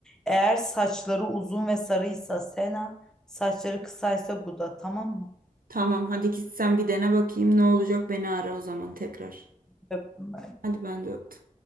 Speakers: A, in the centre; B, on the right.
A: Eğer saçları uzun ve sarıysa Sena, saçları kısaysa Guda, tamam mı?
B: Tamam hadi git sen bir dene bakayım ne olacak beni ara o zaman tekrar.
A: Öptüm.
B: Hadi ben de öptüm.